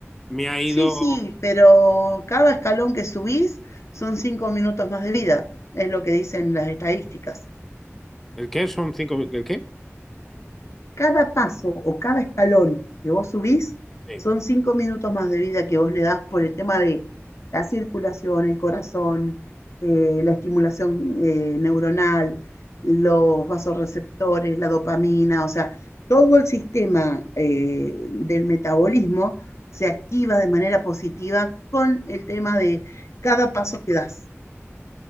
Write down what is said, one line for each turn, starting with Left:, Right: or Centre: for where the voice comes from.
Centre: me ha ido...
Left: Sí, sí, pero cada escalón que subís son cinco minutos más de vida, es lo que dicen las estadísticas.
Centre: ¿El qué? ¿Son cinco? ¿El qué?
Left: Cada paso o cada escalón que vos subís
Centre: Sí.
Left: son cinco minutos más de vida que vos le das por el tema de la circulación, el corazón, eh, la estimulación eh, neuronal, los vasoreceptores, la dopamina, o sea, todo el sistema eh, del metabolismo se activa de manera positiva con el tema de cada paso que das.